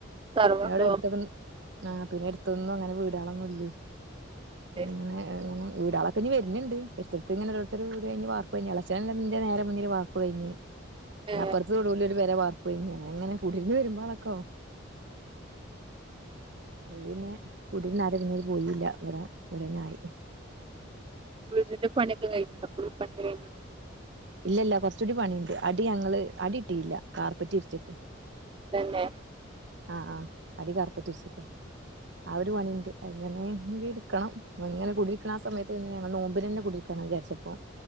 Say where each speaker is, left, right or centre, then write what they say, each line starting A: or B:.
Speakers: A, on the right (about 25°); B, on the right (about 60°).
A: തറവാട്
B: ഞ എവ്ടെഅട്ത്ത ആഹ് പിന്നെ എട്തൊന്നും അങ്ങനെ വീടോളൊന്നും ഇല്ലേ
A: ഇല്ലേ
B: പിന്നെങ്ങനെങ്ങനെ വീടൊളെ ഇപ്പനി വെര്ന്ണ്ട് എട്ത്തെട്ത്ത് ങ്ങനെഒരോട്തൊര് വീട്ഞ് വാർപെയ് ഞ്എളച്ചന് ന്റെനേരെമുന്നില് വാർ പ്പ് കെയ്ഞ്
A: ഏഹ്
B: അപ്പൊർത്ത് തൊടുല് ഒരുപേരവാർപ്പെയ്ഞ്ഞ് അങ്ങനങ്ങനെ കുടിന്ന് വരുമ്പാളൊക്കാവും പോ പിന്നെ കൂടിര്ന്നാരും പിന്നോല് പോയില്ല ഇവടെ വടന്നായി
A: വീടിന്റെ പണിയൊക്കെ കയ്ഞ്ഞോ ഫുൾപണികയ്ഞ്ഞോ
B: ഇല്ല ഇല്ല ക്കൊർച്ചൂടി പണിണ്ട് അടി ഞങ്ങള്അടിഇട്ടില്ല കാർപ്പറ്റ് വിര്ച്ച്ക്ക
A: തെന്നെ
B: ആഹ് ആഹ് അടി കാർപ്പറ്റിരിച്ചിക്ക ആ ഒര്പണിണ്ട് അഹ് ഞ്ങ്ങനെങ്കിട്ക്കണം ഇങ്ങനെ കുടരിക്കണാ സമയത്ത് പിന്നെ ഞങ്ങൾ നോമ്പിനന്നെകുടി കണം ജാര്ച്ചപ്പൊ